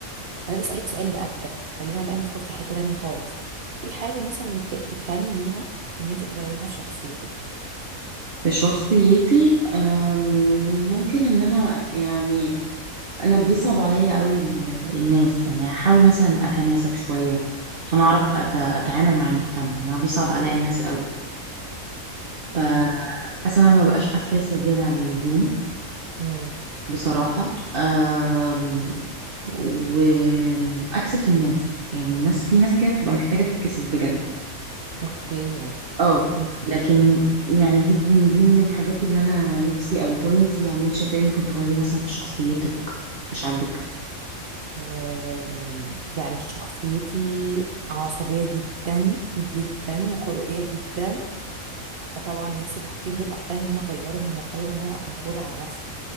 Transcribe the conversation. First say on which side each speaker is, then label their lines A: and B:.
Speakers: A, on the right; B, on the right.
A: كنت عايزه اسالك سؤال بقى كده خلينا بقى ندخل في حته تانية خالص ايه الحاجه مثلا اللي بل- تبلاني ليها ان انت تغيريها في شخصيتك
B: في شخصيتي أم،
A: مم.
B: ممكن ان انا يعني انا بيصعب عليا قوي ال- الناس يعني احاول مثلا اتماسك شويه عشان اعرف أت- اتعامل مع المجتمع يعني بيصعب عليا الناس قوي فحاسه
A: اه
B: انا ما بقاش حساسه زياده عن اللزوم
A: امم
B: بصراحه أم، واكسف الناس يعني الناس في ناس كده بتبقى محتاجه تتكسف بجد
A: اوكي
B: اه لكن
A: مم.
B: يعني دي دي من الحاجات اللي انا نفسي قوي طب انت يعني انت شايفه ايه ممكن تغيري مثلا في شخصيتك مش عاجبك
A: أم، يعني شخصيتي عصبية جدا جدا وخلقية جدا فطبعا نفسي الحاجتين دول ابلاي ان انا اغيرهم واحاول ان انا اكنترول على نفسي